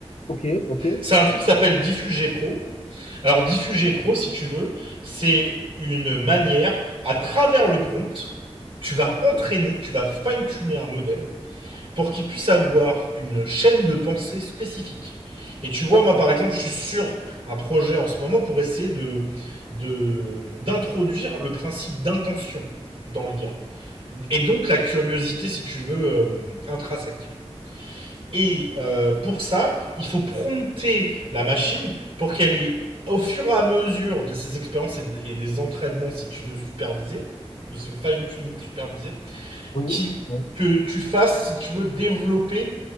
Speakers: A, on the left (about 80°); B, on the right (about 50°).
A: ok, ok,
B: c'est un truc qui s'appelle Diffugé Pro. Alors Diffugé Pro, si tu veux, c'est une manière à travers le prompt, tu vas
A: ok,
B: entraîner, tu vas fine-tuner un modèle pour qu'il puisse avoir une chaîne de pensée spécifique. Et tu vois,
A: d'accord.
B: moi par exemple, je suis sur un projet en ce moment pour essayer de de- d'introduire le principe d'intention dans l'IA et donc la curiosité, si tu veux, euh, intrinsèque. Et euh, pour ça, il faut prompter la machine pour qu'elle ait, au fur et à mesure de ses expériences et, et des entraînements, si tu veux, supervisés, de son fine-tuning supervisé,
A: Oui,
B: qui,
A: oui,
B: que tu fasses, si tu veux, développer